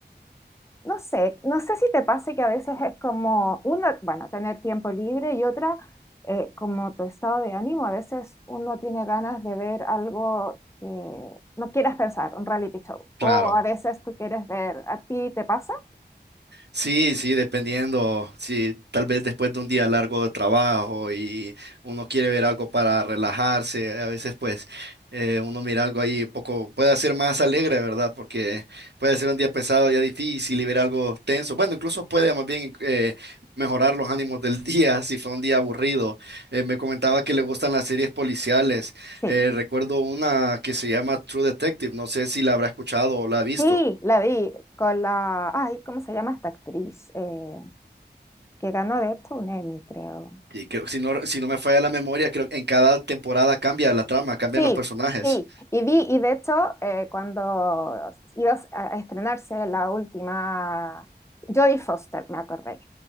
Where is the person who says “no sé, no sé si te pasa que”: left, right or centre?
Left